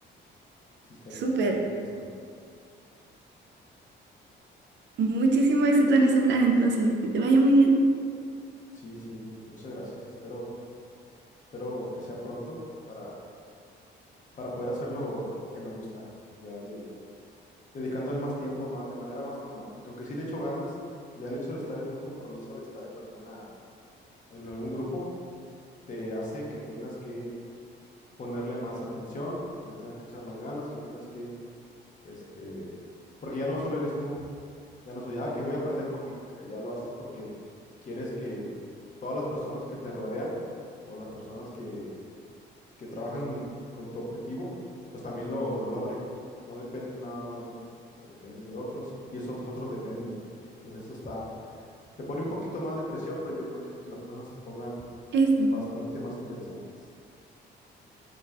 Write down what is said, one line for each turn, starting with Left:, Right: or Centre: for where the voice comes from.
Left: Sí, estaría,
Right: súper,
Left: estaría interesante.
Right: muchísimo éxito en ese plan. Entonces, que te vaya muy bien.
Left: Sí, sí, mu- muchas gracias. Espero, espero que sea pronto para, para poder hacerlo lo que me gusta, ya de dedicándole más tiempo ma- de manera más formal. Porque aunque sí le echo ganas, ya el hecho de estar en un compromiso, de estar en alguna, en algún grupo, te hace que tengas que ponerle más atención, que le tengas que echar más ganas, que tengas que Este, porque ya no solo eres tú, ya no soy, ah, que voy a aprender por mí. Eh, ya lo haces porque quieres que todas las personas que te rodean o las personas que, que trabajan en- con tu objetivo, pues también lo, lo logren. No dependes nada más de ti, o sea, dependes de otros y esos otros, otros dependen de ti. Entonces eso está, te pone un poquito más de presión, pero yo creo que hace que las cosas se pongan
Right: eso
Left: bastante más interesantes.